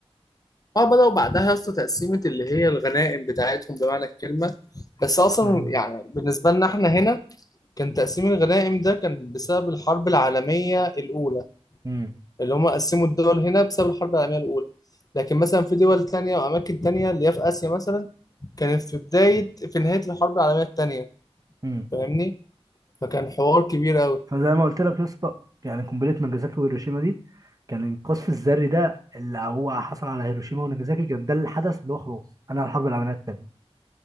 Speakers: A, on the left; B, on the right.
A: اه بدأوا بعدها يا اسطى تقسيمة اللي هي الغنائم بتاعتهم بمعنى الكلمة بس أصلا
B: مهم.
A: يعني بالنسبة لنا احنا هنا كان تقسيم الغنائم ده كان بسبب الحرب العالمية الأولى
B: امم
A: اللي هم قسموا الدول هنا بسبب الحرب العالمية الأولى لكن مثلا في دول تانية وأماكن تانية اللي هي في آسيا مثلا كانت في بداية في نهاية الحرب العالمية التانية
B: امم
A: فاهمني؟ فكان حوار كبير أوي
B: فزي ما قلت لك يا اسطى يعني قنبله ناجازاكي وهيروشيما دي كان القصف الذري ده اللي هو حصل على هيروشيما وناجازاكي كان ده الحدث اللي هو خلاص انا الحرب العالميه الثانيه